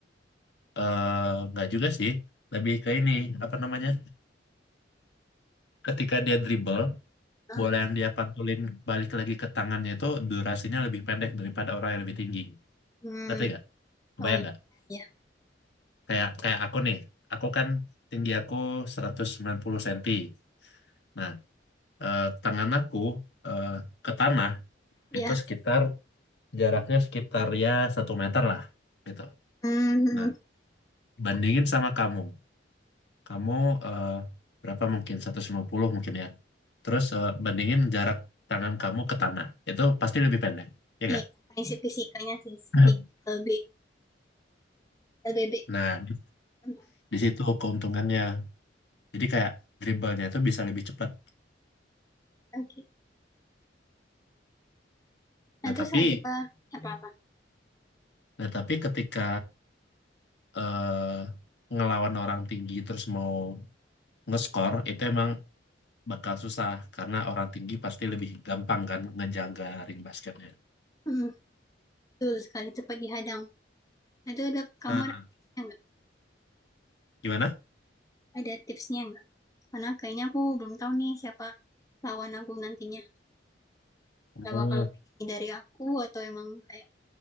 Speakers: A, on the left; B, on the left.
A: eh, nggak juga sih, lebih ke ini apa namanya? Ketika dia dribble
B: Ah,
A: bola yang dia pantulin balik lagi ke tangannya itu durasinya lebih pendek daripada orang yang lebih tinggi.
B: hmm,
A: Ngerti gak? Kebayang
B: oh iya,
A: gak?
B: iya.
A: Kayak kayak aku nih, aku kan tinggi aku 190 cm. Nah, eh, tangan aku eh, ke tanah
B: Iya,
A: itu sekitar jaraknya sekitar ya satu meter lah gitu.
B: hmm, hmm,
A: Nah,
B: hmm.
A: bandingin sama kamu. Kamu eh, berapa mungkin? seratus lima puluh mungkin ya. Terus eh, bandingin jarak tangan kamu ke tanah. Itu pasti lebih pendek, ya
B: iya.
A: gak?
B: Prinsip fisikanya sih
A: <laughs>
B: di LB, LBB.
A: Nah, di
B: Hmm,
A: di situ keuntungannya. Jadi kayak dribblenya itu bisa lebih cepat.
B: Oke. Nah,
A: Nah,
B: terus
A: tapi
B: ada apa-apa?
A: nah tapi ketika eh, ngelawan orang tinggi terus mau ngeskor itu emang bakal susah karena orang tinggi pasti lebih gampang kan ngejaga ring basketnya.
B: Hmm, betul sekali itu pagi hadang. Nah, itu ada kamu
A: Nah,
B: ada tipsnya nggak?
A: Gimana?
B: Ada tipsnya nggak? Karena kayaknya aku belum tahu nih siapa lawan aku nantinya.
A: Oh,
B: Udah bakal lebih tinggi dari aku atau emang kayak